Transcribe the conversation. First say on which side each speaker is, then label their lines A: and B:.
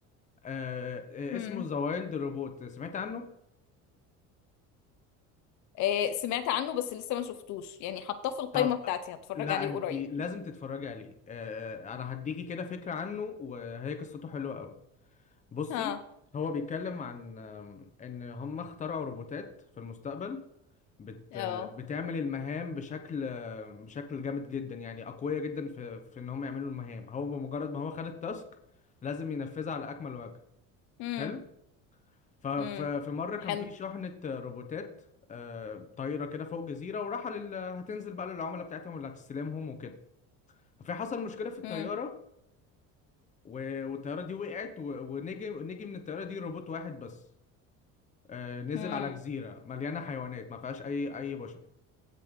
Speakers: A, on the left; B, on the left.
A: آه، آه،
B: <laughs>
A: اسمه ذا وايلد روبوت سمعت عنه
B: آه، سمعت عنه بس لسه ما شفتوش يعني حطاه في القائمة
A: طب
B: بتاعتي هتفرج
A: لا
B: عليه
A: انت
B: قريب
A: لازم تتفرجي عليه آه انا هديكي كده فكرة عنه وهي قصته حلوة قوي بصي
B: ها
A: هو بيتكلم عن آم، ان هم اخترعوا روبوتات في المستقبل بت
B: اه
A: بتعمل المهام بشكل آه، بشكل جامد جدا يعني اقوياء جدا في في ان هم يعملوا المهام هو بمجرد ما هو خد التاسك لازم ينفذها على اكمل وجه
B: امم
A: حلو ففي
B: امم
A: مرة كان
B: حلو
A: في شحنة روبوتات آه، طايرة كده فوق جزيرة وراح لل... هتنزل بقى للعملاء بتاعتهم اللي هتستلمهم وكده فحصل مشكلة في الطيارة
B: امم
A: و- والطيارة دي وقعت و- ونجي نجي من الطيارة دي روبوت واحد بس آه، نزل
B: امم
A: على جزيرة مليانة حيوانات ما فيهاش أي أي بشر